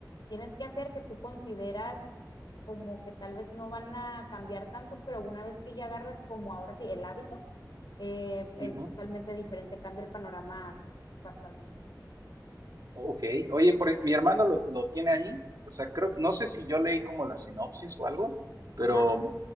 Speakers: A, on the left; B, on the right.
A: tienes que hacer que tú consideras como que tal vez no van a cambiar tanto, pero una vez que ya agarras como ahora sí el hábito, eh, es
B: Ujú.
A: totalmente diferente, cambia el panorama bastante.
B: Ok, oye, por- mi hermano lo, lo tiene ahí, o sea, creo, no sé si yo leí como la sinopsis o algo, pero
A: Ajá,